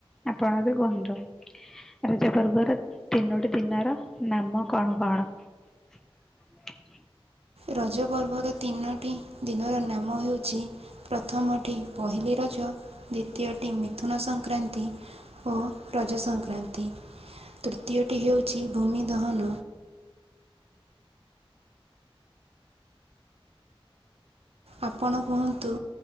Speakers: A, in the centre; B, on the right (about 85°).
A: ଆପଣ ଏବେ କୁହନ୍ତୁ। ରଜ ପର୍ବର ତିନୋଟି ଦିନର ନାମ କଣ କଣ? <inaudible>
B: ରଜ ପର୍ବର ତିନୋଟି ଦିନର ନାମ ହେଉଛି ପ୍ରଥମଟି ପହିଲି ରଜ ଦ୍ଵିତୀୟଟି ମିଥୁନ ସଂକ୍ରାନ୍ତି ଓ ରଜ ସଂକ୍ରାନ୍ତି। ତୃତୀୟଟି ହେଉଛି ଭୂମି ଦହନ। ଆପଣ କୁହନ୍ତୁ